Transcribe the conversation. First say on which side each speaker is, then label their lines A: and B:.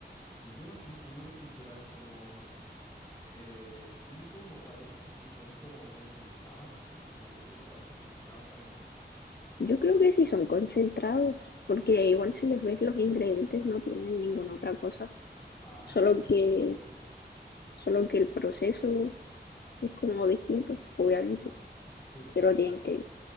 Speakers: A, on the left; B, on the left.
A: Yo no estoy seguro si serán como eh, químicos o parece que sí son como concentrados así, como deshidratados concentrados parece.
B: Yo creo que sí son concentrados, porque igual si les ves los ingredientes no tienen ninguna otra cosa,
A: Ah,
B: solo
A: entonces
B: que,
A: sí, pues,
B: solo que el proceso es como distinto, obviamente.
A: sí, pues.
B: Se lo tienen que,